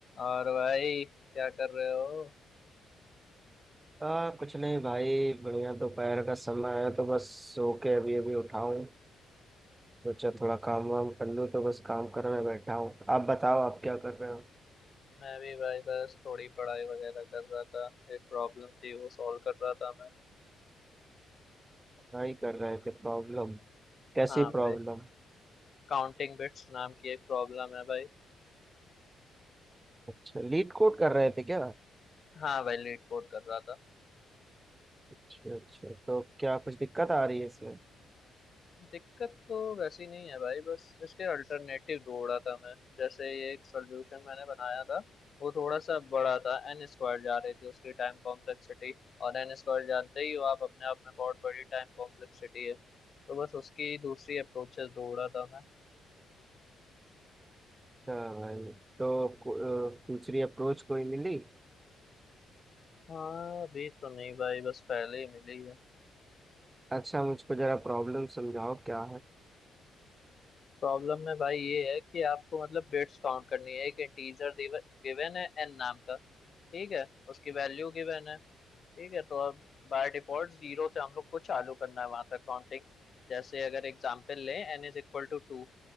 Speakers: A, on the left; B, on the right.
A: और भाई क्या कर रहे हो
B: हाँ कुछ नहीं भाई बढ़िया दोपहर का समय है तो बस सो के अभी अभी उठा हूँ सोचा थोड़ा काम वाम कर लूँ तो बस काम करने बैठा हूँ आप बताओ आप क्या कर रहे हो
A: मैं भी भाई बस थोड़ी पढ़ाई वगैरह कर रहा था एक प्रॉब्लम थी वो सॉल्व कर रहा था मैं
B: क्या ही कर रहे थे प्रॉब्लम कैसी
A: हाँ भाई
B: प्रॉब्लम
A: काउंटिंग बिट्स नाम की एक प्रॉब्लम है भाई
B: अच्छा लीड कोड कर रहे थे क्या
A: हाँ भाई लीड कोड कर रहा था
B: अच्छा अच्छा तो क्या कुछ दिक्कत आ रही है इसमें
A: दिक्कत तो वैसी नहीं है भाई बस इसके अल्टरनेटिव ढूंढ रहा था मैं जैसे ये एक सोल्यूशन मैंने बनाया था वो थोड़ा सा बड़ा था एन स्क्वायर जा रही थी उसकी टाइम कॉम्प्लेक्सिटी और एन स्क्वायर जानते ही हो आप अपने आप में बहुत बड़ी टाइम कॉम्प्लेक्सिटी है तो बस उसकी दूसरी अप्रोचेस ढूंढ रहा था
B: हाँ भाई तो को- अ, दूसरी अप्रोच कोई मिली
A: हाँ अभी तो नहीं भाई बस पहले ही मिली है
B: अच्छा मुझको जरा प्रॉब्लम समझाओ क्या
A: प्रॉब्लम में भाई ये है कि आपको मतलब बिट्स काउंट करनी है एक इंटीजर गिवन है एन नाम का ठीक है उसकी वैल्यू गिवन है ठीक है तो अब बाय डिफॉल्ट जीरो से हम लोग को चालू करना है वहां तक काउंटिंग जैसे अगर एग्जांपल लें N is equal to two